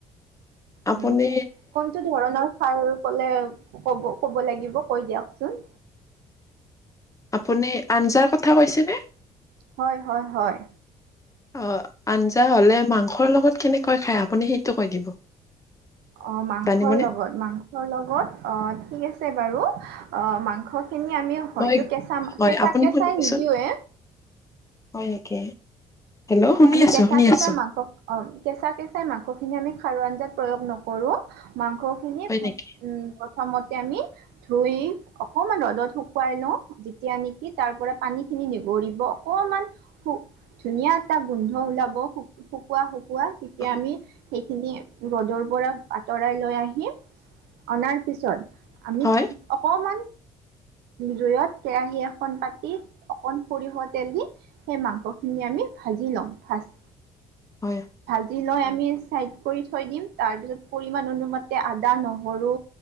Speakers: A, on the left; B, on the right.
A: আপুনি
B: উম কোনটো? ধৰণৰ সাৰ কলে ক'ব ক'ব লাগিব কৈ দিয়কচোন।
A: আপুনি আঞ্জাৰ কথা কৈছেনে?
B: হয় হয় হয়।
A: অ' আঞ্জা হ'লে মাংসৰ লগত কেনেকৈ খাই আপুনি সেইটো কৈ দিব।
B: অ' মাংসৰ
A: জানিবনে
B: লগত মাংসৰ লগত অ' ঠিক আছে বাৰু মাংস খিনি আমি হয়তো
A: মই
B: কেঁচা
A: হয়
B: কেঁচা
A: আপুনি
B: কেঁচাই
A: শুনিবচোন
B: নিদিওৱে।
A: হয় নেকি হেল্ল' শুনি
B: আমি
A: আছো
B: কেঁচা
A: শুনি
B: কেঁচা
A: আছোঁ।
B: মাংস অ' কেঁচা কেচাই মাংসখিনি আমি খাৰ আঞ্জাত প্ৰয়োগ নকৰো মাংসখিনি।
A: হয় নেকি
B: উম। প্ৰথমতে আমি ধুই অকমান ৰ'দত শুকুৱাই লওঁ। যেতিয়া নেকি তাৰ পৰা পানী খিনি নিগৰিব অকমান ধুনীয়া। এটা গোন্ধ ওলাব শুকোৱা শুকোৱা তেতিয়া
A: হয়
B: আমি। সেইখিনি ৰ'দৰ পৰা আঁতৰাই লৈ আহিম, অনাৰ পিছত। আমি
A: হয়
B: অকমান জুইৱত কেৰাহী এখন পাতি অকন সৰিয়হ তেল দি সেই মাংসখিনি আমি ভাজি লম ভাজি।
A: হয়
B: দি লৈ আমি চাইড কৰি থৈ দিম। তাৰপিছত পৰিমাণ অনুমতে আদা নহৰু।